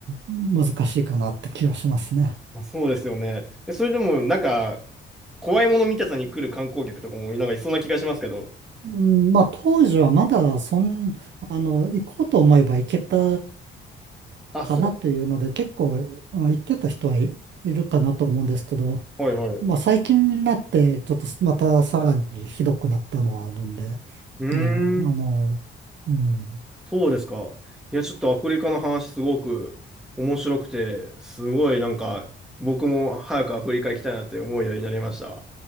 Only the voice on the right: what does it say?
難しいかなって気がしますね。
うん、まあ当時はまだそん、あの、行こうと思えば行けた
かなというので、
結構、うん言ってた人はいいるかなと思うんですけど、
まあ最近になって、ちょっとまたさらにひどくなったのはあるんで、
ね、あの、うん。